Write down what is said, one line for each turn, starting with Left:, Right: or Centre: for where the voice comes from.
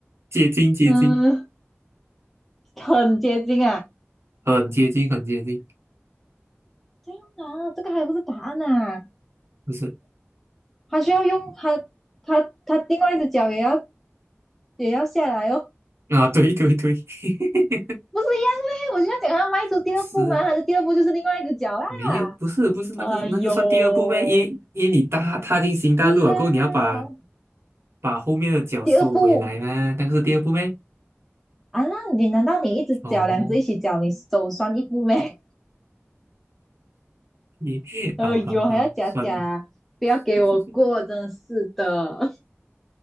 Right: 结晶，结晶，
Centre: 嗯，很接近啊。
Right: 很接近，很接近，
Centre: 这样啊，这个还不是答案啊，
Right: 不是
Centre: 还需要用它，它，它另外一只脚也要也要下来哦，
Right: 啊，对对对，<laughs>
Centre: 不是一样嘞？我就要讲它迈出第二步嘛，
Right: 不是。
Centre: 它的第二步就是另外一只脚啦。
Right: 没有，不是不是那个那个算第二步呗，
Centre: 哎呦，
Right: 因为因为你踏踏进新大陆了过后，
Centre: 是啦，
Right: 你要把把后面的脚收回来嘛，
Centre: 第二步
Right: 那个是第二步呗。
Centre: 啊，那你难道你一只脚两只一起脚，
Right: 哦，
Centre: 你手算一步没？
Right: 你 <laughs>
Centre: <laughs> 哎呦，
Right: 好好好，
Centre: 还要假假，
Right: 算了，
Centre: 不要给我过，
Right: <laughs>
Centre: 真的是的。